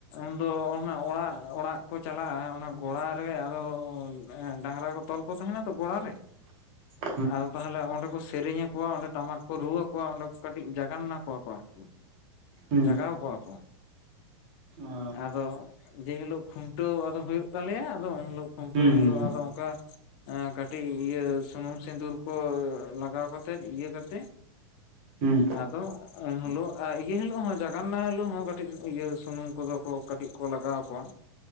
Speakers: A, on the left (about 45°); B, on the right (about 45°).
A: ᱩᱱᱫᱚ ᱚᱱᱟ ᱚᱲᱟᱜ ᱚᱲᱟᱜ ᱠᱚ ᱪᱟᱞᱟᱜ ᱟ ᱚᱱᱟ ᱜᱚᱲᱟ ᱨᱮ ᱟᱫᱚ ᱰᱟᱝᱨᱟ ᱠᱚ ᱛᱚᱞ ᱠᱚ ᱛᱟᱦᱮᱱᱟ ᱛᱚ ᱜᱚᱲᱟ ᱨᱮ
B: <unintelligible>
A: ᱟᱫᱚ ᱛᱟᱦᱚᱞᱮ ᱚᱸᱰᱮ ᱠᱚ ᱥᱮᱨᱮᱧᱟ ᱠᱚᱣᱟ ᱚᱸᱰᱮ ᱴᱟᱢᱟᱠ ᱠᱚ ᱨᱩ ᱟ ᱠᱚᱣᱟ ᱚᱸᱰᱮ ᱠᱟᱹᱴᱤᱡ ᱡᱟᱜᱟᱱᱱᱟ ᱠᱚᱣᱟ ᱠᱚ ᱟᱨᱠᱤ
B: ᱦᱩᱸ
A: ᱡᱟᱜᱟᱣ ᱠᱚᱣᱟ ᱠᱚ
B: ᱚ
A: ᱟᱫᱚ ᱡᱮᱦᱤᱞᱳᱜ ᱠᱷᱩᱱᱴᱟᱹᱣ ᱟᱫᱚ ᱦᱩᱭᱩᱜ ᱛᱟᱞᱮᱭᱟ ᱟᱫᱚ ᱩᱱᱦᱤᱞᱳᱜ ᱠᱷᱩᱱᱴᱟᱹᱣ
B: ᱦᱩᱸ
A: ᱦᱤᱞᱳᱜ
B: ᱦᱩᱸ
A: ᱟᱫᱚ ᱚᱱᱠᱟ ᱠᱟᱹᱴᱤᱡ ᱤᱭᱟᱹ ᱥᱩᱱᱩᱢ ᱥᱤᱸᱫᱩᱨ ᱠᱚ ᱞᱟᱜᱟᱣ ᱠᱟᱛᱮᱫ ᱤᱭᱟᱹ ᱠᱟᱛᱮᱜ
B: ᱦᱩᱸ
A: ᱟᱫᱚ ᱩᱱ ᱦᱳᱞᱳᱜ ᱟ ᱤᱭᱟᱹ ᱦᱤᱞᱳᱜ ᱦᱚᱸ ᱡᱟᱜᱟᱱᱱᱟ ᱦᱤᱞᱳᱜ ᱦᱚᱸ ᱠᱟᱹᱴᱤᱡ ᱤᱭᱟᱹ ᱥᱩᱱᱩᱢ ᱠᱚ ᱫᱚ ᱠᱚ ᱠᱟᱹᱴᱤᱡ ᱠᱚ ᱞᱟᱜᱟᱣ ᱟ ᱠᱚᱣᱟ